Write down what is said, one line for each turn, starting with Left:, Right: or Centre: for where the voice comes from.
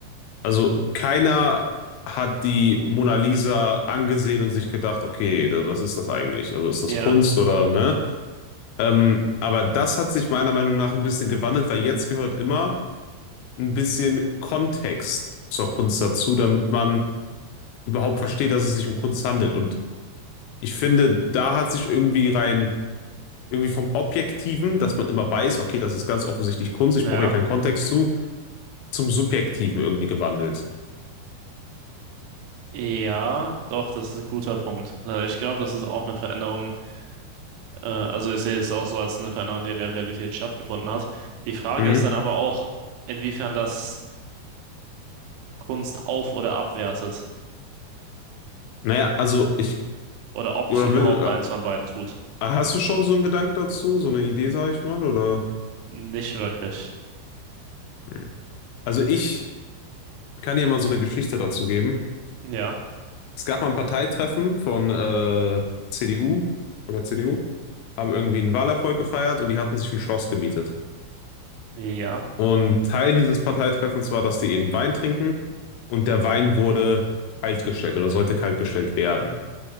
Left: Also keiner hat die Mona Lisa angesehen und sich gedacht, okay, da- was ist das eigentlich? Also ist das
Right: ja,
Left: Kunst oder ne? Ähm, aber das hat sich meiner Meinung nach ein bisschen gewandelt, weil jetzt gehört immer ein bisschen Kontext zur Kunst dazu, damit man überhaupt versteht, dass es sich um Kunst handelt. Und ich finde, da hat sich irgendwie rein, irgendwie vom Objektiven, dass man immer weiß, okay, das ist ganz offensichtlich Kunst, ich
Right: ja.
Left: brauche hier keinen Kontext zu, zum Subjektiven irgendwie gewandelt.
Right: Ja, doch, das ist ein guter Punkt. Äh, Ich glaube, das ist auch eine Veränderung. äh, Also ich sehe es auch so als eine Veränderung, die in der Realität stattgefunden hat. Die Frage
Left: Mhm.
Right: ist dann aber auch, inwiefern das Kunst auf- oder abwertet
Left: Naja, also ich.
Right: oder ob
Left: Oder
Right: es überhaupt
Left: will,
Right: eins von beiden tut.
Left: Hast du schon so einen Gedanken dazu, so eine Idee, sag ich mal, oder?
Right: Nicht wirklich.
Left: Hm. Also ich kann dir mal so eine Geschichte dazu geben.
Right: Ja,
Left: Es gab mal ein Parteitreffen von äh, CDU oder CDU, haben irgendwie einen Wahlerfolg gefeiert und die hatten sich ein Schloss gemietet.
Right: ja,
Left: Und Teil dieses Parteitreffens war, dass die eben Wein trinken und der Wein wurde kaltgestellt oder sollte kaltgestellt werden.